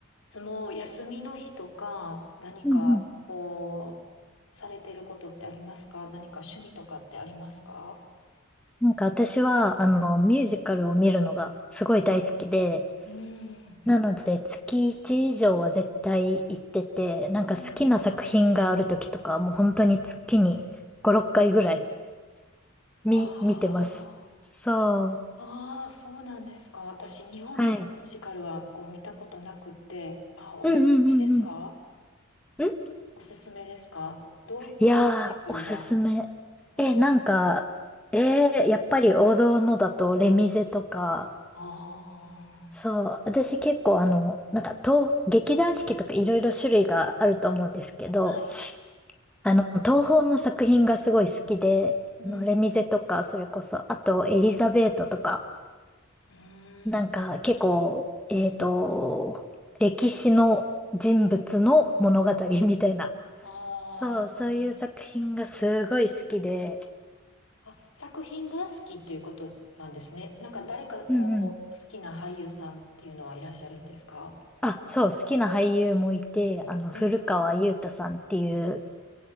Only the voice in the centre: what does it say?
うんうん。なんか私は、あの、ミュージカルを見るのがすごい大好きで、
なので月1以上は絶対行ってて、なんか好きな作品がある時とか、
もう本当に月に5、6回ぐらい見、
見てます。そう。
はい。
うんうんうんうん。ん
いやー、おすすめ。
え、
なんか、えーやっぱり王道のだとレミゼとか、
そう、私結構あの、なんか東、劇団四季とかいろいろ種類があると思うんですけど、
あの、東宝の作品がすごい好きで、
あの、レミゼとか、
それこそ、あとエリザベートとか、
なんか結構、
えっと、歴史の人物の物語みたいな。
そう、そういう作品がすごい好きで、
うんうん。
あ、そう、好きな俳優もいて、あの、古川雄太さんっていう、